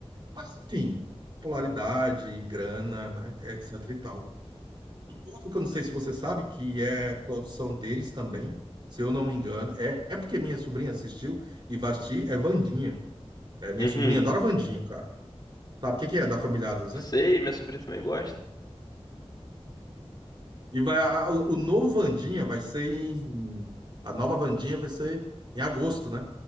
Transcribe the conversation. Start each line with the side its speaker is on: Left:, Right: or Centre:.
Right: Mas enfim, popularidade, grana, né, etc e tal. E outro que eu não sei se você sabe, que é produção deles também, se eu não me engano, é, é porque minha sobrinha assistiu e vai assistir, é Vandinha. É, minha
Left: Uhum.
Right: sobrinha adora Vandinha, cara. Sabe o que que é da família Addams,
Left: Sei,
Right: né?
Left: minha sobrinha também gosta.
Right: E vai, a- o o novo Vandinha vai ser em. A nova Vandinha vai ser em agosto, né?